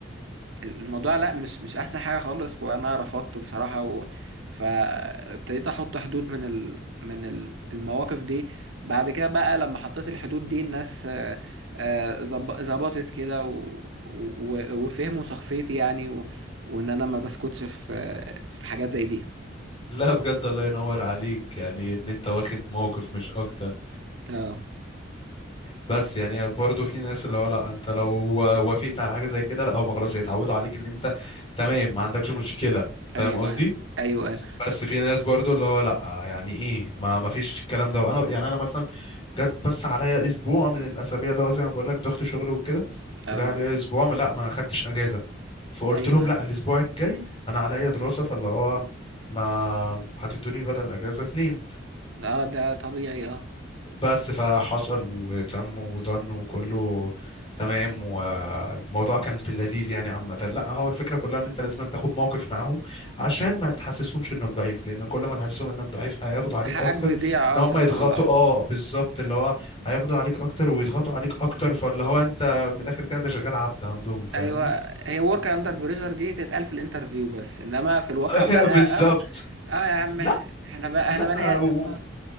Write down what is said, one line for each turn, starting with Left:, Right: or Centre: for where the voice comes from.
Right: الموضوع لا مش مش احسن حاجه خالص وانا رفضته بصراحه و... فابتديت احط حدود من ال... من ال- المواقف دي بعد كده بقى لما حطيت الحدود دي الناس آه، آه، ظب- ظبطت كده و... و... وفهموا شخصيتي يعني و... وان انا ما بسكتش في في حاجات زي دي
Left: لا بجد الله ينور عليك يعني ان انت واخد موقف مش اكتر
Right: اه
Left: بس يعني برضه في ناس اللي هو لا انت لو وافقت على حاجه زي كده لا هم خلاص هيتعودوا عليك ان انت تمام ما عندكش مشكله
Right: ايوه
Left: فاهم قصدي
Right: ايوه ايوه ايوه
Left: بس في ناس برضه اللي هو لا يعني ايه ما ما فيش الكلام ده وانا يعني انا مثلا جت بس عليا اسبوع من الاسابيع اللي هو زي ما بقول لك ضغط شغل وكده
Right: اه
Left: فجاء عليا اسبوع ما- لا ما خدتش اجازه فقلت
Right: ايوه
Left: لهم لا الاسبوع الجاي انا عليا دراسه فاللي هو ما هتدوني بدل الاجازه اتنين
Right: اه ده طبيعي اه
Left: بس فحصل وتم ودن وكله تمام والموضوع كان في اللذيذ يعني عامة لا هو الفكرة كلها ان انت لازم أن تاخد موقف معاهم عشان ما تحسسهمش انك ضعيف لان كل ما تحسسهم انك ضعيف هياخدوا عليك
Right: حقك
Left: اكتر
Right: بيضيع
Left: ان هم
Right: اه في الشغل
Left: يضغطوا
Right: اه
Left: اه بالظبط اللي هو هياخدوا عليك اكتر ويضغطوا عليك اكتر فاللي هو انت من الاخر كده انت شغال عبد عندهم فاهمني
Right: ايوه هي ورك اندر بريشر دي تتقال في الانترفيو بس انما في الواقع
Left: <laughs>
Right: بقى
Left: بالظبط
Right: اه اه يا عم
Left: لا
Right: احنا بقى
Left: لا
Right: احنا بني ادم
Left: و-
Right: اه